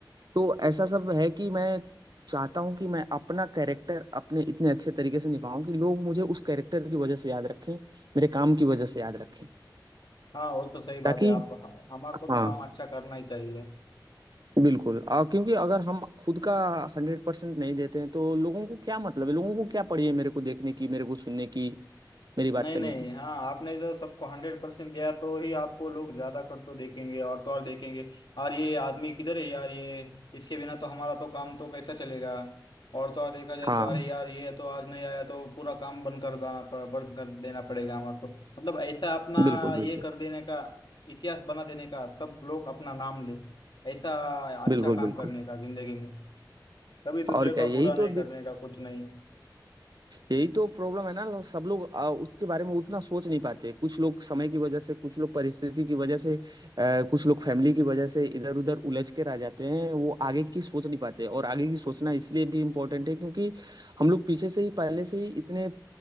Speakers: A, on the right (about 60°); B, on the left (about 75°).
A: तो ऐसा सब है कि मैं चाहता हूँ कि मैं अपना कैरेक्टर अपने इतने अच्छे तरीके से निभाऊं कि लोग मुझे उस कैरेक्टर की वजह से याद रखें मेरे काम की वजह से याद रखें
B: हाँ वो तो सही बात
A: ताकि
B: है आप हमारे को तो
A: हाँ
B: काम अच्छा करना ही चाहिए
A: बिल्कुल और क्योंकि अगर हम खुद का हंड्रेड परसेंट नहीं देते हैं तो लोगों को क्या मतलब है लोगों को क्या पड़ी है मेरे को देखने की मेरे को सुनने की मेरी
B: नहीं
A: बात करने
B: नहीं
A: की
B: हाँ आपने जो सबको हंड्रेड परसेंट दिया तो ही आपको लोग ज्यादा कर तो देखेंगे और तो और देखेंगे और ये आदमी किधर है यार ये इसके बिना तो हमारा तो काम तो कैसा चलेगा और तो और देखा जाए
A: हाँ
B: तो अरे यार ये तो आज नहीं आया तो पूरा काम बंद कर देना बंद कर देना पड़ेगा हमारे को मतलब ऐसा अपना
A: बिल्कुल बिल्कुल
B: ये कर देने का इतिहास बना देने का सब लोग अपना नाम ले ऐसा अच्छा
A: बिल्कुल
B: काम
A: बिल्कुल
B: करने का जिंदगी में कभी दूसरे
A: और
B: का
A: क्या यही
B: बुरा नहीं
A: तो
B: करने का कुछ नहीं
A: यही तो प्रॉब्लम है ना लो- सब लोग आ, उसके बारे में उतना सोच नहीं पाते कुछ लोग समय की वजह से कुछ लोग परिस्थिति की वजह से आ, कुछ लोग फैमिली की वजह से इधर उधर उलझ के रह जाते हैं वो आगे की सोच नहीं पाते और आगे की सोचना इसलिए भी इम्पोर्टेंट है क्योंकि हम लोग पीछे से ही पहले से ही इतने आ,